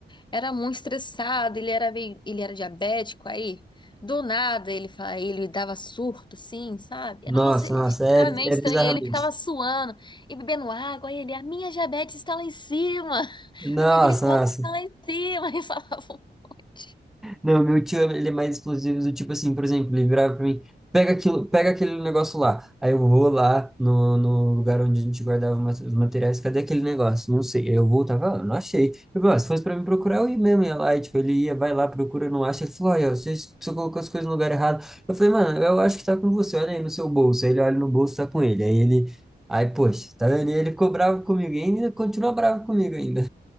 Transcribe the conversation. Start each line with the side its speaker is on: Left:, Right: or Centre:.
Left: Era muito estressado, ele era, meio- ele era diabético, aí do nada ele, fa- ele dava surto, assim, sabe?
Centre: Nossa,
Left: Nossa, ele
Centre: nossa,
Left: é extremamente
Centre: é, é
Left: estranho,
Centre: bizarramente.
Left: ele ficava suando e bebendo água, aí ele, a minha diabetes está lá em cima, <laughs>
Centre: Nossa,
Left: a minha glicose
Centre: nossa.
Left: está lá em cima, <laughs> ele falava um monte.
Centre: Não, meu tio, ele é mais explosivo do tipo assim, por exemplo, ele virava pra mim, pega aquilo, pega aquele negócio lá. Aí eu vou lá no, no lugar onde a gente guardava ma- os materiais, cadê aquele negócio? Não sei. Aí eu voltava, ah, não achei. Eu falei, ah, se fosse pra mim procurar, eu ia mesmo, ia lá, e, tipo, ele ia, vai lá, procura, não acha. Ele falou, olha, você, você colocou as coisas no lugar errado. Eu falei, mano, eu acho que tá com você, olha aí no seu bolso. Aí ele olha no bolso, tá com ele. Aí ele, aí, poxa, tá vendo? E ele ficou bravo comigo, e ainda continua bravo comigo ainda.